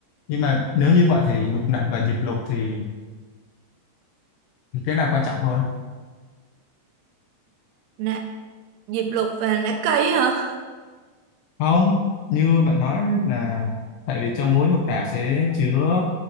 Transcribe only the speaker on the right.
nã diệp lục và nã cây hả